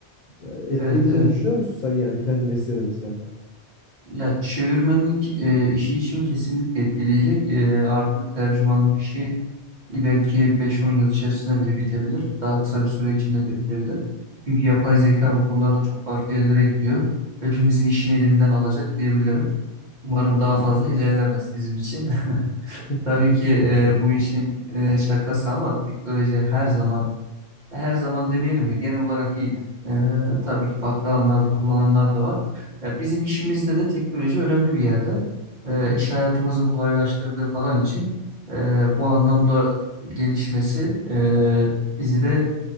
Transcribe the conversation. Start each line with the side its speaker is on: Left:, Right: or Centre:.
Left: Ya, etki
Right: Evet
Left: edeceğini
Right: evet.
Left: düşünüyor musun sen yani kendi mesleğine mesela? kanka?
Right: Ya çevirmenlik e, işi için kesinlikle etkileyecek. E, artık tercümanlık işi ileriki 5-10 yıl içerisinde bile bitebilir. Daha kısa bir süre içinde de bitebilir. Çünkü yapay zeka bu konularda çok farklı yerlere gidiyor. Hepimizin işini elinden alacak diyebilirim. Umarım
Left: Hı
Right: daha
Left: hı.
Right: fazla ilerlemez bizim için.
Left: <laughs>
Right: <laughs> Tabii ki
Left: Çok
Right: e,
Left: güzel.
Right: bu işin e, şakası ama teknoloji her zaman ya Her zaman demeyelim de genel olarak iyidir.
Left: Hı hı.
Right: Ee, tabii ki farklı alanlarda kullananlar da var. Ya bizim işimizde de teknoloji önemli bir yerde. Ee,
Left: Hı hı.
Right: iş hayatımızı kolaylaştırdığı falan için e, bu anlamda gelişmesi e, bizi de